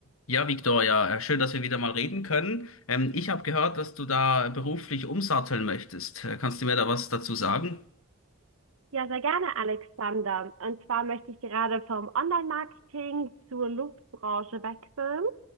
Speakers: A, on the left (about 80°); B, on the right (about 80°).
A: Ja, Victoria, äh, schön, dass wir wieder mal reden können. Ähm, ich habe gehört, dass du da beruflich umsatteln möchtest. Äh, Kannst du mir da was dazu sagen?
B: Ja, sehr gerne, Alexander. Und zwar möchte ich gerade vom Online-Marketing zur Luftbranche wechseln,